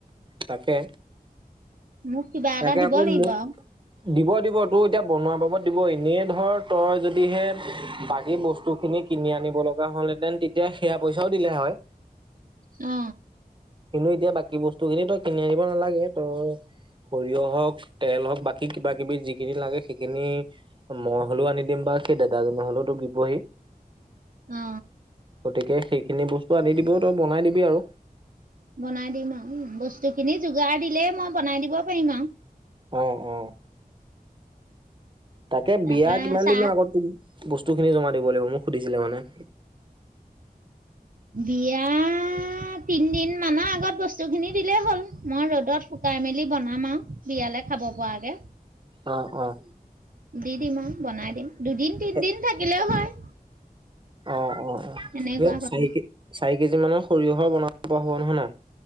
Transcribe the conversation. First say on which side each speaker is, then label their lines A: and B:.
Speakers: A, on the right (about 30°); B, on the right (about 60°).
A: তাকে।
B: মোক কিবা এটা
A: তাকে
B: দিব
A: আকৌ
B: লাগিব
A: মোক
B: আৰু।
A: দিব দিব তোৰ এতিয়া বনোৱা পাব দিব এনেই ধৰ তই যদিহে বাকী বস্তু খিনি কিনি আনিব লগা হ'লহেঁতেন তেতিয়া সেয়া পইচাও দিলে হয়।
B: অ।
A: কিন্তু এতিয়া বাকী বস্তু খিনি তই কিনি আনিব নালাগে তই সৰিয়হ হওক তেল হওক বাকী কিবা কিবি যিখিনি লাগে সেইখিনি মই হলেও আনি দিন বা মেই দেদা জনে হলেও দিব হি।
B: অ।
A: গতিকে সেইখিনি বস্তু আনি দিবি তই বনাই দিবি আৰু।
B: বনাই দিম আৰু বস্তুখিনি যোগাৰ দিলেই মই বনাই দিব পাৰিম আৰু।
A: অ অ। তাকে
B: তাৰপা
A: বিয়া কিমান
B: চাহ
A: দিনৰ আগত তোক বস্তু তু খিনি জমা দিব লাগিব মোক সুধিছিলে মানে।
B: বিয়া তিনদিন মানৰ আগত বস্তু খিনি দিলেই হ'ল মই ৰ'দত শুকাই মেলি বনাম আৰু বিয়ালে খাব পৰাকে।
A: অঁ অঁ।
B: দি দিম আৰু বনাই দিম। দুদিন তিনিদিন
A: এ
B: থাকিলেও হয়।
A: অ অ-অ
B: এনেকুৱা
A: এই
B: কথা
A: চাৰি কে চাৰি কেজি মানৰ সৰিয়হ ঘৰ বনাব পৰা হ'ব নহয় ন